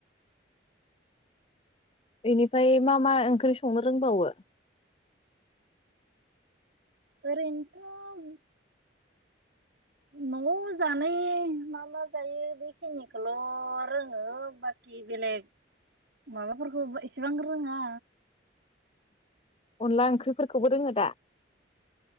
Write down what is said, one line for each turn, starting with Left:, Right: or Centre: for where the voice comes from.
Left: बेनिफाय मा मा ओंख्रि संनो रोंबावो?
Right: ओरैनोथ' न'आव जानाय मा मा जायो बेखिनिखौल रोङो बाखि बेलेग माबाफोरखौ एसेबां रोङा।
Left: अनला ओंख्रिफोरखौबो रोङो दा?